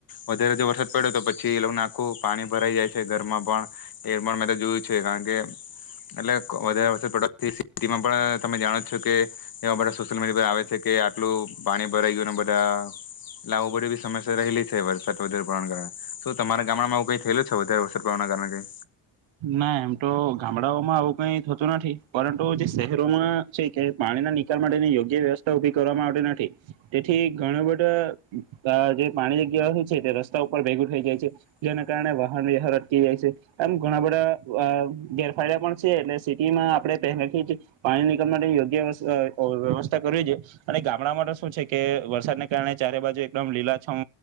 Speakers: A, on the left (about 45°); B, on the right (about 70°).
A: વધારે જો વરસાદ પડ્યો તો પછી એ લોકોને આખું પાણી ભરાઈ જાય છે ઘરમાં પણ એ પણ મેં તો જોયું છે કારણ કે એટલે વધારે વરસાદ પડવાથી. સ્થમાં પણ તમે જાણો છો કે જેવા બધા સોશિયલ મીડિયા પર આવે છે કે આટલું પાણી ભરાઈ ગયું અને બધા લાવું પડ્યું એ બી સમસ્યા રહેલી છે વરસાદ વધારે પડવાના કારણે શ તમારા ગામડામાંું કઈ થયેલું છે વધારે વરસાદ પડવાના કારણે કઈ.
B: ના એમ તો ગામડાઓમાં આવું કઈ થતું નથી પરંતુ જે શહેરોમાં છે કે પાણીના નિકાલ માટેની યોગ્ય વ્યવસ્થા ઉભી કરવાવામાં આવતી નથી તેથી ઘણું બધા જે પાણી જગ્યા છે તે રસ્તા ઉપર ભેગું થઈ જાય છે જેના કારણે વાહન વ્યહાર અટકી જાય છે એમ. ઘણા બધા ગેરફાયદા પણ છે એટલે સિટીમાં આપણે પહેલાથી જ પાણી નીકળવાની યોગ્ય વ્યવસ્થા કર છે અને ગામડામાં માટે શું છે કે વરસાદને કારણે ચારે બાજુ એકદમ લીલાછમ